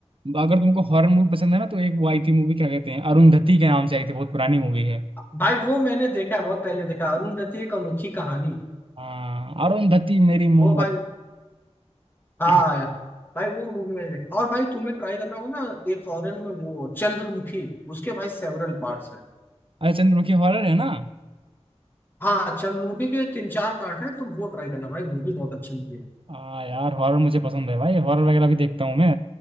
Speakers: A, on the right (about 50°); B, on the left (about 20°).
A: अगर तुमको हॉरर मूवी पसंद है ना तो एक वो आई थी मूवी क्या कहते हैं अरुंधति के नाम से आई थी बहुत पुरानी मूवी है
B: भाई वो मैंने देखा है बहुत पहले देखा है, अरुण दत्त की एक अनोखी कहानी
A: हाँ अरुंधति मेरी मोमबत्ती
B: वो भाई हाँ
A: <laughs>
B: भाई वो मूवी मैंने देखा और भाई तुम्हें ट्राई करना होगा ना एक हॉरर में वो चंद्रमुखी उसके भाई सेवरल पार्ट्स हैं।
A: अरे चंद्र की हॉरर है ना
B: हाँ चंद्रमुखी के तीन चार पार्ट है तुम वो ट्राई करना भाई मूवी बहुत अच्छी मूवी है
A: हाँ यार हॉरर मुझे पसंद है भाई हॉरर वगैरह भी देखता हूँ मैं